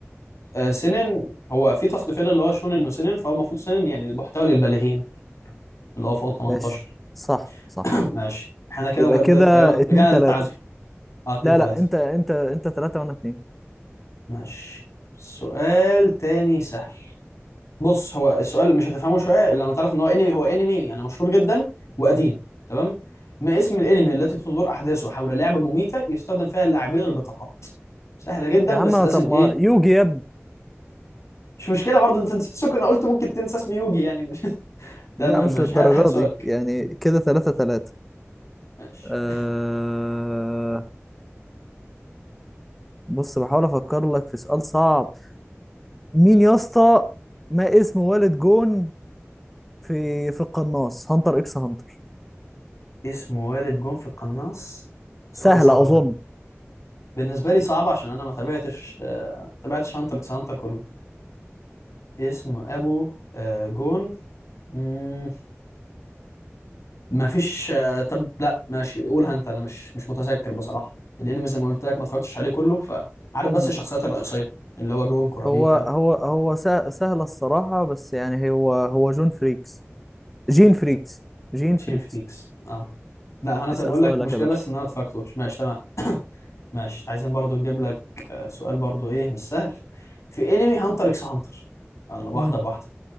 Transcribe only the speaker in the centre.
ماشي
صح صح
يبقى
كده
اتنين
تلاتة
لا
لا انت انت انت تلاتة وانا اتنين
يا عم
طب ما
يوجي يا ابني
لا مش
للدرجة
دي يعني كده تلاتة تلاتة
أه...
بص بحاول افكر لك في سؤال صعب مين يا اسطى ما اسم والد جون في في القناص هانتر اكس هانتر
سهلة
اظن
مم.
هو هو هو سه- سهلة الصراحة بس يعني هو هو جون فريكس جين فريكس جين
فريكس
اسأل
سؤالك
يا باشا
مم.